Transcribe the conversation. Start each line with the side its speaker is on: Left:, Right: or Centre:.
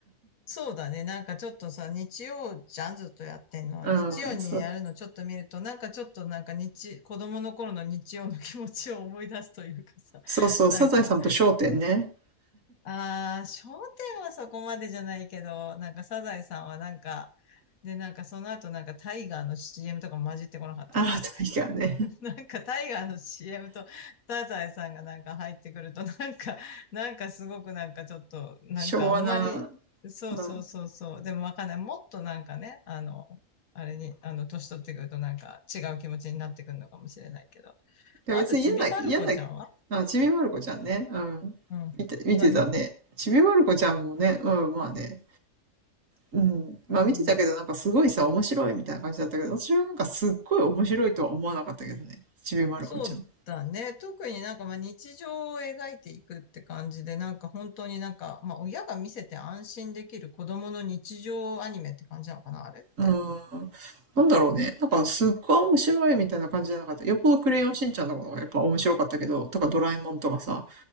Left: そうだね。なんかちょっとさ、日曜じゃん、ずっとやってんの。
Right: うん。
Left: 日曜にやるのちょっと見ると、
Right: そう、
Left: なんかちょっとなんか日、子供の頃の日曜の気持ちを思い出すというかさ、
Right: そうそう。
Left: なんか
Right: サザエさんと笑点ね。
Left: ああ、商店はそこまでじゃないけど、なんかサザエさんはなんか、で、なんかその後なんかタイガーの CM とか混じってこなかったかな。
Right: ああ、確かね。
Left: <laughs> なんかタイガーの CM とサザエさんがなんか入ってくると、<laughs> なんか、なんかすごくなんかちょっと、なんかあんまり、
Right: 昭和な、
Left: そうそうそうそう、
Right: うん。
Left: でもわかんない。もっとなんかね、あの、あれに、あの、年取ってくるとなんか違う気持ちになってくるのかもしれないけど。
Right: や、
Left: まああと、
Right: 別に嫌な、
Left: ちびまる子ちゃんは
Right: 嫌な、あ、ちびまる子ちゃんね。うん。
Left: うん。
Right: 見て、見てたね。
Left: は、み、
Right: ちびまる子ちゃんもね、うん、まあね。うん。まあ見てたけど、
Left: うん
Right: なんかすごいさ、面白いみたいな感じだったけど、私はなんかすっごい面白いとは思わなかったけどね。ちびまる子ちゃん。
Left: そうだね。特になんかまあ日常を描いていくって感じで、なんか本当になんか、まあ親が見せて安心できる子供の日常アニメって感じなのかな、あれって。
Right: うん。なんだろうね。なんかすっごい面白いみたいな感じじゃなかった。よっぽどクレヨンしんちゃんのことかがやっぱ面白かったけど、とかドラえもんとかさ、